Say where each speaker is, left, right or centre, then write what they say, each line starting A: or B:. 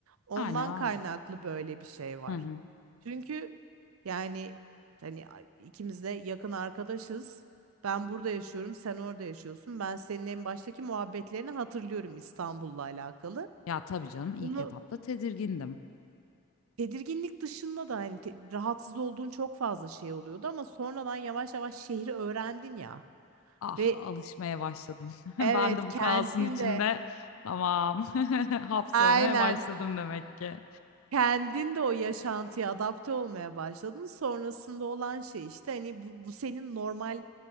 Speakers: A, on the right; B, on the left.
A: Ondan
B: Aynen.
A: kaynaklı böyle bir şey var.
B: Hı hı.
A: Çünkü yani hani a- ikimiz de yakın arkadaşız. Ben burada yaşıyorum, sen orada yaşıyorsun. Ben senin en baştaki muhabbetlerini hatırlıyorum İstanbul'la alakalı.
B: Ya tabii canım ilk
A: Bunu
B: etapta tedirgindim.
A: Tedirginlik dışında da hani te- rahatsız olduğun çok fazla şey oluyordu ama sonradan yavaş yavaş şehri öğrendin ya
B: Ah
A: ve
B: alışmaya başladım. <laughs>
A: evet
B: Ben de bu
A: kendin
B: kaosun içinde
A: de
B: tamam <laughs> hapsolmaya
A: aynen
B: başladım demek ki.
A: kendin de o yaşantıya adapte olmaya başladın. Sonrasında olan şey işte hani bu, bu senin normal